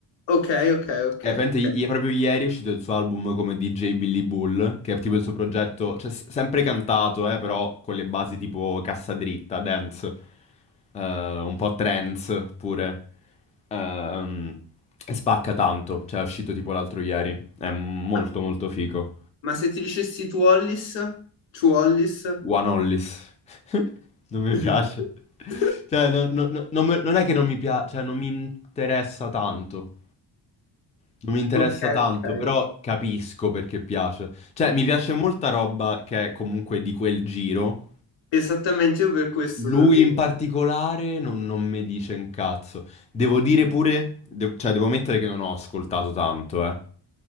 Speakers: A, on the left; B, on the left.
A: ok, ok, ok,
B: Eh, praticamente
A: ok.
B: i- proprio ieri è uscito il suo album come DJ Billy Bull, che è tipo il suo progetto, cioè s- sempre cantato, eh, però con le basi tipo cassa dritta, dance, eh, un po' trance pure. Ehm, e spacca tanto, cioè è uscito tipo l'altro ieri. È molto
A: Ma,
B: molto figo.
A: ma se ti dicessi tu Wallis? Tu Wallis?
B: One Hollis. <laughs> Non mi piace.
A: <laughs>
B: Cioè, non, non- non- non me- non è che non mi piace, cioè non mi interessa tanto. Non mi interessa
A: Ok,
B: tanto,
A: ok.
B: però capisco perché piace. Cioè, mi piace molta roba che è comunque di quel giro.
A: Esattamente, io per questo
B: Lui
A: te lo chiedevo.
B: in particolare non, non mi dice un cazzo. Devo dire pure, de- cioè, devo mettere che non ho ascoltato tanto, eh.